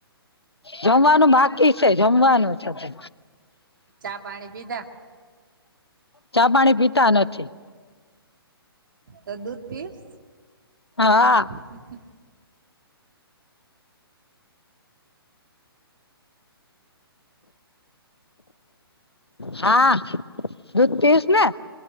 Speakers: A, on the left; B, on the right.
A: જમવાનું બાકી છે જમવાનું છે.
B: ચા પાણી પીધા
A: ચા પાણી પીતા નથી.
B: તો દૂધ પીસ?
A: હા.
B: હમ હ.
A: હા દૂધ પીસ ને